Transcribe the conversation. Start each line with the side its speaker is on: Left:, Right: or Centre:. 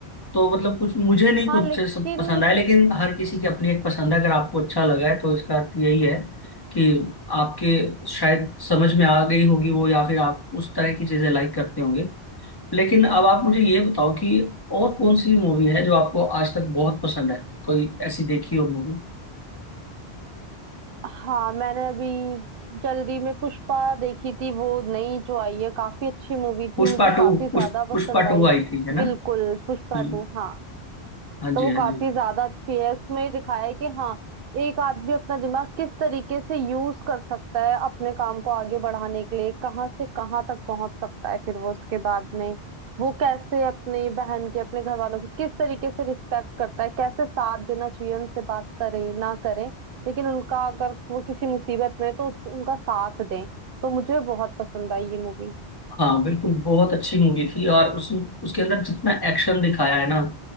Left: तो मतलब कुछ मुझे नहीं
Right: हाँ
Left: कुछ
Right: लेकिन
Left: से सब पसंद आया लेकिन हर किसी की अपनी एक पसंद है अगर आपको अच्छा लगा है तो इसका अर्थ यही है कि आपके शायद समझ में आ गई होगी वो या फिर आप उस तरह की चीजें लाइक करते होंगे लेकिन अब आप मुझे ये बताओ कि और कौन सी मूवी है जो आपको आज तक बहुत पसंद है कोई ऐसी देखी हो movie
Right: हाँ मैंने अभी जल्दी में पुष्पा देखी थी वो नई जो आई है काफी अच्छी मूवी थी
Left: Pushpa
Right: मुझे
Left: two
Right: काफी ज्यादा
Left: Pushpa
Right: पसंद
Left: Pushpa to
Right: आई
Left: आई थी है ना
Right: बिल्कुल पुष्पा
Left: हम्म
Right: टू हाँ
Left: हाँ जी
Right: तो वो
Left: हाँ
Right: काफी
Left: जी
Right: ज्यादा अच्छी है उसमें दिखाया है कि हाँ एक आदमी अपना दिमाग किस तरीके से यूज कर सकता है अपने काम को आगे बढ़ाने के लिए कहाँ से कहाँ तक पहुंच सकता है फिर वो उसके बाद में वो कैसे अपनी बहन की अपने घर वालों की किस तरीके से रिस्पेक्ट करता है कैसे साथ देना चाहिए उनसे बात करे ना करे लेकिन उनका अगर वो किसी मुसीबत में है, तो उसको उनका साथ दें तो मुझे बहुत पसंद आई ये मूवी
Left: हाँ बिल्कुल बहुत अच्छी मूवी थी और उस उसके अंदर जितना एक्शन दिखाया है ना